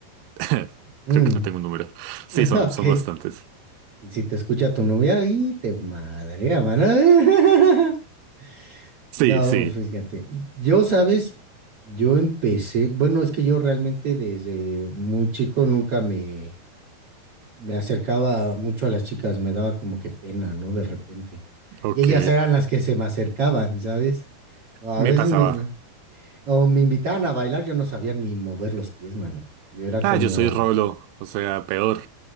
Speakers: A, on the right; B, on the right.
A: <laughs>
B: Mm,
A: creo que no tengo un número. Sí,
B: <laughs>
A: son, son
B: ok.
A: bastantes.
B: Si te escucha tu novia, ahí te madrea, mano. <laughs>
A: Sí,
B: No,
A: sí,
B: fíjate. Yo, sabes, yo empecé. Bueno, es que yo realmente desde muy chico nunca me, me acercaba mucho a las chicas. Me daba como que pena, ¿no? De repente.
A: ok.
B: Y ellas eran las que se me acercaban, ¿sabes? A
A: Me
B: veces
A: pasaba.
B: me, O me invitaban a bailar, yo no sabía ni mover los pies, mano. Yo era
A: Ah,
B: como,
A: yo soy Rolo, o sea, peor.